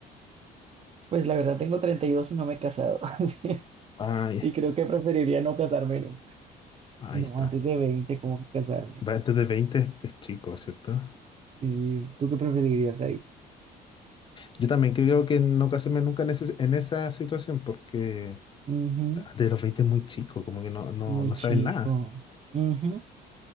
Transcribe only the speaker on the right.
Pues la verdad tengo treinta y dos y no me he casado. <laughs>
Y creo que preferiría no casarme nunca.
No,
antes de 20 como que casarme.
Sí, ¿tú qué preferirías ahí?
Ujú,
Muy
chico.
Ujú.